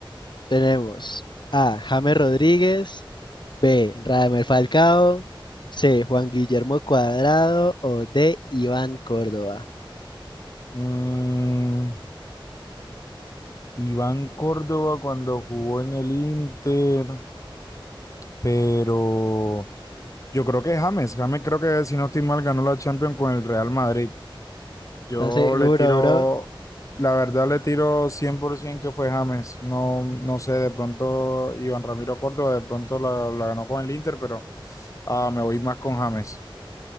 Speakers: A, on the left; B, on the left.
A: Tenemos A. James Rodríguez, B. Radamel Falcao, C. Juan Guillermo Cuadrado o D. Iván Córdoba.
B: Mm, Iván Córdoba cuando jugó en el Inter, pero yo creo que James, James creo que si no estoy mal ganó la Champions con el Real Madrid. Yo
A: ¿Estás seguro,
B: le tiro,
A: bro?
B: la verdad le tiro 100% que fue James. No, no sé, de pronto Iván Ramiro Córdoba, de pronto la, la ganó con el Inter, pero ah, me voy más con James.